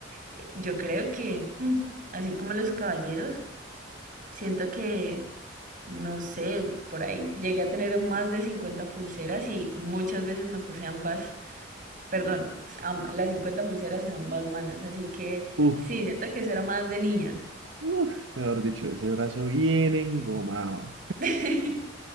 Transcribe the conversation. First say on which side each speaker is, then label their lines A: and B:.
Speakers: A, on the right; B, on the right.
A: eh, Yo creo que, mm, así como los caballeros, siento que, no sé, por ahí llegué a tener más de 50 pulseras y muchas veces me puse ambas, perdón, am- las 50 pulseras en ambas manos, así que
B: Uf,
A: sí, siento que eso era más de niña.
B: uf, mejor dicho, ese brazo bien engomado.
A: <laughs>